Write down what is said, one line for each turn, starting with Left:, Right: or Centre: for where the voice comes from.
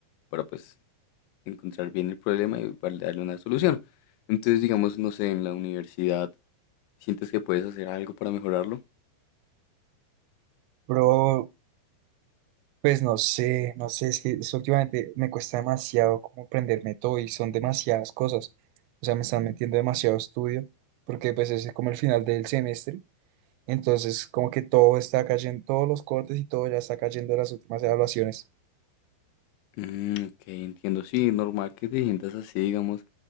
Left: para pues encontrar bien el problema y para darle una solución. Entonces digamos,
Right: Sí.
Left: no sé, en la universidad, ¿sientes que puedes hacer algo para mejorarlo?
Right: Bro, pues no sé, no sé, es que eso últimamente me cuesta demasiado como prenderme todo y son demasiadas cosas. O sea, me están metiendo demasiado estudio, porque pues ese es como el final del semestre. Entonces, como que todo está cayendo, todos los cortes y todo ya está cayendo en las últimas evaluaciones.
Left: Mm, ok, entiendo. Sí, normal que te sientas así, digamos,